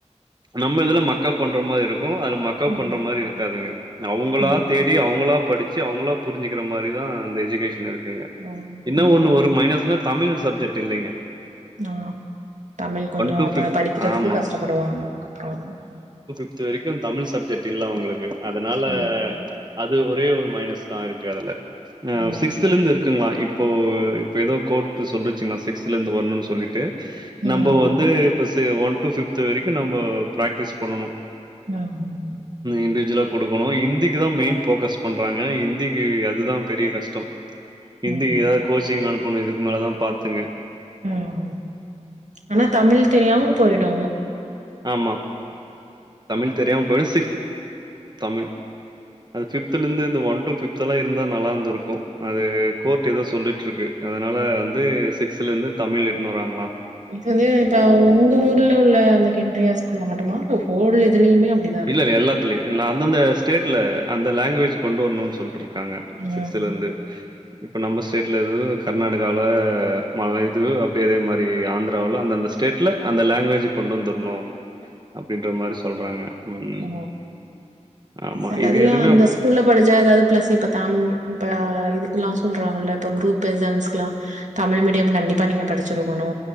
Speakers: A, on the right; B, on the right.
A: நம்ம இதுல மக்கப் பண்ற மாரி இருக் கு அது மக்க
B: ம்
A: பண்ற மாரி இருக்காதுங்க அவங்களா
B: ம்
A: தேடி அவங்களா படிச் சி அவங்களா புரிஞ்சிக்கிற மாரி தா அந்த எஜுகேஷன் இருக்குங்க
B: ஓ
A: என்னோ
B: ம்
A: ஒன்னு ஒரு மைனஸ்னா தமிழ் சப்ஜெட் இல்லைங்க
B: ஆ தமிழ் கொஞ்சோ
A: டூ
B: அப்ப படிக்கிறதுக்கு
A: ஆமா.
B: கஷ்டப்படுவாங்க அதுக்கப்புறோ
A: இது வரைக்கோ தமிழ் சப்ஜெக்ட் இல்ல அவங்களுக்கு அதனால
B: ம்
A: அது ஒரே ஒரு மைனஸ் தா இருக்கு அதுல அ
B: ம்
A: சிக்ஸ்த்லருந்து இருக்குங்களா இப்போ இப்ப ஏத கோர்ட்சொல்ச் சிங்களா சிக்ஸ்தலருந்து வரணு சொல்லிட்டு
B: ம்
A: நம்போ வந் து ப சி ஒன் டு பிப்து வரைக்கு நம்ம பிராக்டிஸ் பண்ணனு
B: ஆம்
A: இண்டிஜுவலா குடுக்கணு ஹிந்திக்கு தா மெயின் போக்கஸ் பண்றாங்க இந் திக்கு அதுதா பெரிய கஷ்டோ ஹிந்திக்கு
B: ம்
A: ஏதாது கோச்சிங் அனுப்பணு இதுக்கு மேலதா பாத்துங்க
B: ம் ஆனா தமிழ் தெரியாம போயிடு
A: ஆமா தமிழ் தெரியாம போயிடு சிக் தமிழ் அது பிப்தலந்து இந்த ஒன் டு பிப்த்ல்லா இருந்தா நல்லாந்துருக்கு அது கோட் ஏதோ சொல்லிட்டுருக்கு அதனால வந்து சிக்ஸ்துலருந்து தமிழ் எத்துனு வராங்களா
B: இது வந்து இப்ப உங்க ஊர்ல உள்ள அந்த கேந்திரியா ஸ்கூல்ல மட்டுமா ஹோல் இதுலயு அப்படி
A: இல்லல்ல எல்லாத்துலயோ அந்த ஸ்டேட்ல அந்த லங்குவேஜ் கொண்டு வரணுன்னு சொல்ட்டுருக்காங்க
B: ம்
A: சிக்ஸ்த்லருந்து இப்ப நம்ம ஸ்டேட்ல இது கர்நாடகால மல இது அப்படி அதே மாரி ஆந்திராவுல அந்தந்த ஸ் டேட்ல அந்த லங்குவேஜ் கொண்டு வந்துரணு அப்டின்ற மாரி சொல்றாங்க ம்.
B: ஓ
A: ஆமா.
B: செலதுல
A: இது எதுவுமே
B: அந்தஸ்கூ
A: அப்
B: ல்ல படிச்சா ஏதாது பிளஸ் இப்ப தம் இப்ப இதுக்கெல்லா சொல்றாங்கல இப்ப குரூப் எக்ஷாம்ஸ்க்கெலா தமிழ் மீடியம் கண்டிப்பா நீங்க படிச்சிருக்கணு